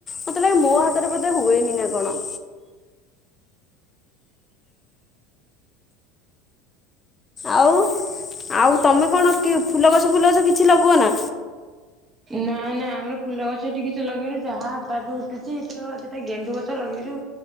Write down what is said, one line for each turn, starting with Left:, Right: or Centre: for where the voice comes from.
Left: ମତେ ଲାଗେ ମୋ ହାତରେ ବୋଧେ ହୁଏନି ନା କଣ? ଆଉ ଆଉ ତମେ କଣ କି ଫୁଲ ଗଛ ଫୁଲ ଗଛ କିଛି ଲଗୋଉନା।
Right: ନାଇଁ ନାଇଁ ଆମର ଫୁଲ ଗଛ ଏଠି କିଛି ଲଗେଇନୁ ଯାହାବି ଉଠୁଚି ଏଥିରୁ ଦିଟା ଗେଣ୍ଡୁ ଗଛ ଲଗେଇଚୁ